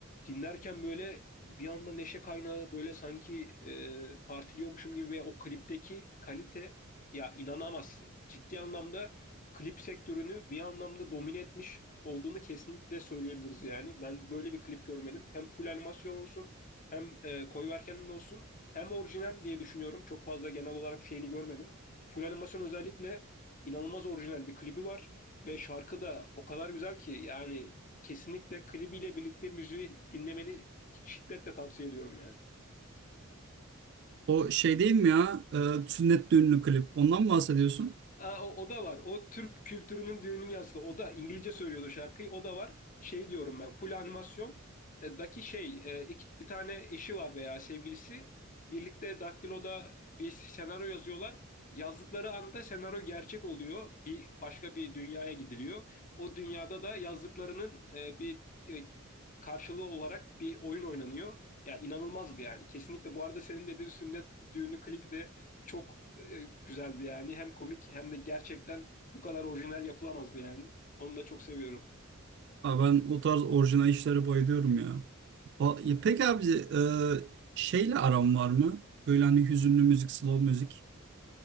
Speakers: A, on the left (about 40°); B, on the right (about 55°).
A: dinlerken böyle bir anda neşe kaynağı böyle sanki e, partiliyormuşum gibi ve o klipteki kalite ya inanamazsın. Ciddi anlamda klip sektörünü bir anlamda domine etmiş olduğunu kesinlikle söyleyebiliriz yani. Ben böyle bir klip görmedim. Hem full animasyon olsun hem e, koyu olsun hem orijinal diye düşünüyorum. Çok fazla genel olarak şeyini görmedim. Full animasyon özellikle inanılmaz orijinal bir klibi var ve şarkı da o kadar güzel ki yani kesinlikle klibiyle birlikte müziği dinlemeni şiddetle tavsiye ediyorum yani.
B: O şey değil mi ya? E, sünnet düğünlü klip. Ondan mı bahsediyorsun?
A: Aa, o, o da var. O Türk kültürünün düğünün yansıdı. O da İngilizce söylüyordu şarkıyı. O da var. Şey diyorum ben. Full animasyon e, daki şey e, iki, bir tane eşi var veya sevgilisi. Birlikte Daktilo'da bir senaryo yazıyorlar. Yazdıkları anda senaryo gerçek oluyor. Bir başka bir dünyaya gidiliyor. O dünyada da yazdıklarının e, bir e, karşılığı olarak bir oyun oynanıyor. Ya inanılmazdı yani. Kesinlikle bu arada senin dediğin sünnet düğünü klibi de çok e, güzeldi yani. Hem komik hem de gerçekten bu kadar orijinal yapılamazdı yani. Onu da çok seviyorum.
B: Abi ben o tarz orijinal işlere bayılıyorum ya. O, ya peki abi e, şeyle aram var mı? Böyle hani hüzünlü müzik, slow müzik.